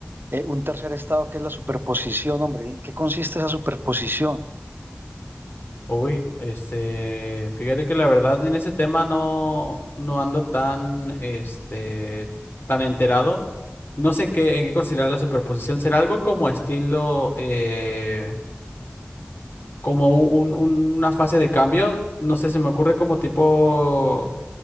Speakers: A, on the right; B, on the left.
A: eh, un tercer estado que es la superposición, hombre. ¿En qué consiste esa superposición?
B: Uy, este, fíjate que la verdad en ese tema no, no ando tan, este, tan enterado. No sé en qué, en qué considerar la superposición. ¿Será algo como estilo, eh, como un- un- una fase de cambio? No sé, se me ocurre como tipo